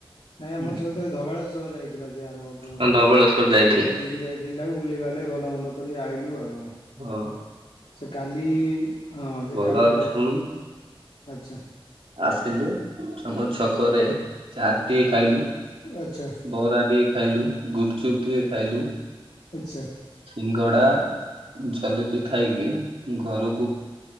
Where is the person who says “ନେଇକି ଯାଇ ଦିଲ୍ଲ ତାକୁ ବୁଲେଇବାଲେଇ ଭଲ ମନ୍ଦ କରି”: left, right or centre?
Left